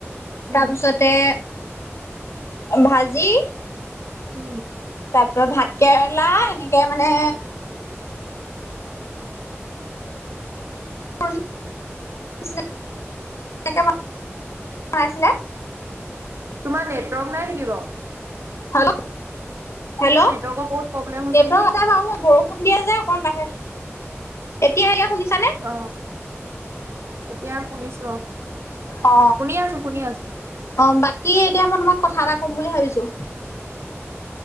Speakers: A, on the right; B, on the left.
A: উম
B: তা পিছত তে ভাজি।
A: উম।
B: তাৰপিছত ভাত কেৰেলা এনেকে মানে <unintelligible> এনেকে বনাইছিলে।
A: তোমাৰ নেটৱৰ্ক নাই নিকি বাও?
B: হেল্ল, হেল্ল'
A: তোমাৰ নেটৱৰ্কৰ বহুত প্ৰব্লেম হৈছে
B: নেটৱৰ্ক
A: নেকি
B: আছে বাৰু বৰষ- খুন্দিয়া যে অকণ বাহে, এতিয়া এয়া শুনিছানে?
A: অ, এতিয়া শুনিছো অ।
B: অ,
A: শুনি আছো শুনি আছো
B: অ বাকী এতিয়া মই তোমাক কথা এটা কম বুলি ভাবিছো।